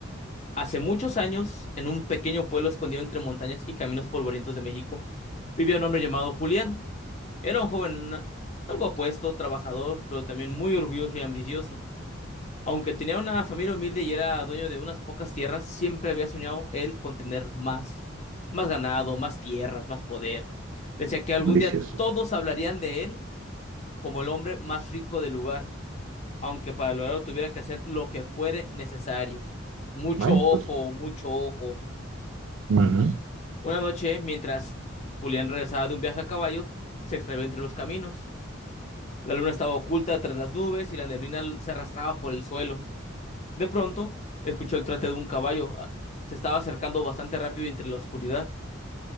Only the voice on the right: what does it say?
Vicioso.
Bueno,
pues.
ujú,